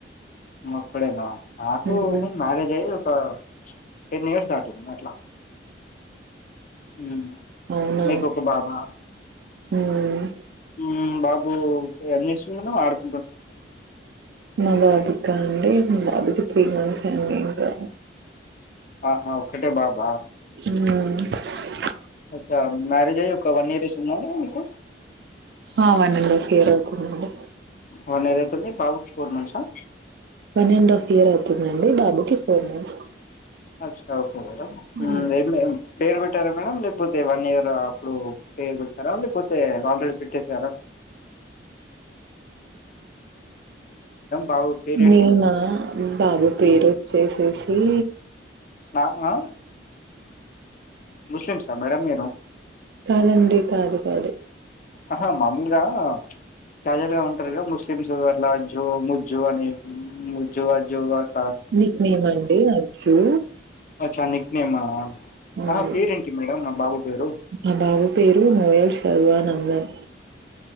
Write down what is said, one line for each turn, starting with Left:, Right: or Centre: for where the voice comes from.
Left: మా ఒక్కడేన నాకు
Right: మ్మ్
Left: మ్యారేజ్ అయిన్ ఆ టెన్ ఇయర్స్ దాటింది. నా మ్
Right: అవునా
Left: మీకు ఒక బాబా
Right: మ్మ్
Left: మ్ బాబు ఓ ఎంజేస్తున్నవు ఆడుక్
Right: మా బాబుకా అండి మా బాబుకు త్రీ ఇయర్స్ అండి ఇంకా
Left: ఆహా ఒకటే బాబ్ బా
Right: మ్
Left: ఒక ఆ మ్యారజి అయ్యి ఒక వన్ ఇయర్ ఔతుందా అండి మీకు
Right: ఆ వన్ అండ్ హాఫ్ ఇయర్ అవుతుందండి
Left: వన్ ఇయర్ ఐతుంది బాబు కి ఫోర్ మంత్స్ ప
Right: వన్ అండ్ హాఫ్ ఇయర్ ఐతుందండి బాబుకిి ఫోర్ మంత్స్
Left: అచ్చా ఓకే మేడం
Right: ఊ
Left: మ్మ్, ఏం ఏం పేరు పెట్టారా మేడం లేకపోతే వన్ ఇయర్ అప్పుడు పేరు పెడతారా లేకపోతే ఆల్రెడీ పెట్టేశారా బాబు పేరేంటి
Right: మేమా బాబు పేరు
Left: మ్మ్.
Right: వచ్చేసేసి తీ
Left: నా ఆ ముస్లిమ్స్ ఆ మేడం మీరు
Right: కాదండి కాదు కాదు
Left: అహా మాములుగా ప్చ్ ప్రజలేమంటారుగా ముస్ స్లింమ్స్ అట్లా జో ము ముజ్జో అని ముజ్జో అజ్జో అట్
Right: నిక్ నేమ్ అండి అజ్జు
Left: అచ్చా నిక్ నేమా
Right: మ్మ్
Left: ఆహా పేరేంటి మేడం మా బాబు పేరు
Right: మా బాబు పేరు నోయల్ శర్వానందన్.